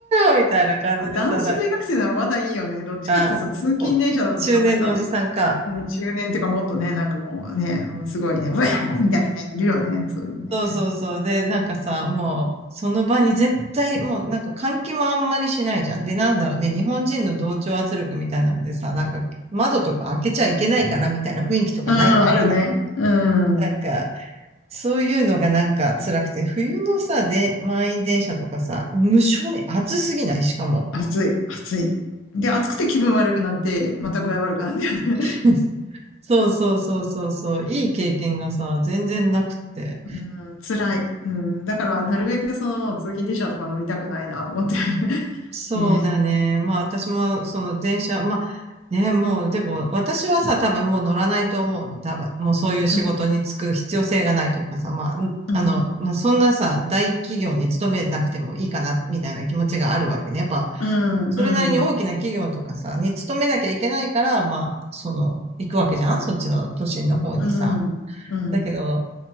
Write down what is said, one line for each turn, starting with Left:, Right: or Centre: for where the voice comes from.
Right: よみたいな感じでさ、
Left: まあ男子大学生ならまだいいよね。どっちかっていうと通勤電車だとさ、
Right: あ、お、中年のおじさんか。
Left: なんか、うん、中年っていうかもっとね、なんかもうね、もうすごいね、ウェーみたいなね、いるよね、そういうね。
Right: そうそうそう。で、なんかさ、もう、その場に絶対、もう、なんか換気もあんまりしないじゃん。で、なんだろうね、日本人の同調圧力みたいなのでさ、なんか、窓とか開けちゃいけないからみたいな雰囲気とかない、
Left: うん、あるね。
Right: なんか。
Left: うん。
Right: なんか、そういうのがなんか辛くて、冬のさ、で、満員電車とかさ、無性に暑すぎない、しかも。
Left: 暑い、暑い。で、暑くて気分悪くなって、また具合悪くなるんだよね。
Right: <laughs> そうそうそうそうそう、いい経験がさ、全然なくって。
Left: <laughs> うん、辛い。うん、だから、なるべくその、通勤電車とか乗りたくないな、と思って。<laughs>
Right: そうだね。
Left: ね。
Right: まあ私もその電車、まあね、もうでも私はさ、多分もう乗らないと思うの。多分もうそういう仕事に就く必要性がないというかさ、
Left: うん、
Right: まあ、んあの、
Left: うん、
Right: まあそんなさ、大企業に勤めなくてもいいかな、みたいな気持ちがあるわけね。やっぱ、
Left: うん、
Right: それなりに大きな企業とかさ、
Left: うん、
Right: に勤めなきゃいけないから、まあ、その、行くわけじゃんそっちの都心の方にさ。
Left: うん、うん。
Right: だけど、